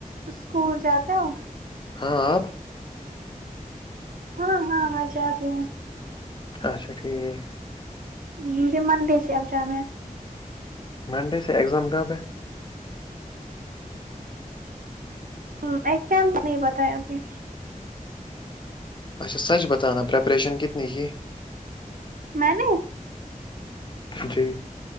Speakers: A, on the right; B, on the left.
A: اسکول جاتے ہو
B: ہاں آپ
A: ہاں ہاں مزہ آتی ہ
B: اچھا ٹھیک
A: مجھے مندی سے آب جانا ہے
B: منڈے سے ایگزام کب ہے
A: ہ ایگزام نہیں بتایا ابھی <unintelligible>
B: اچھا سچ بتانا پریپریشن کتنی کی
A: میں نے
B: جی <unintelligible>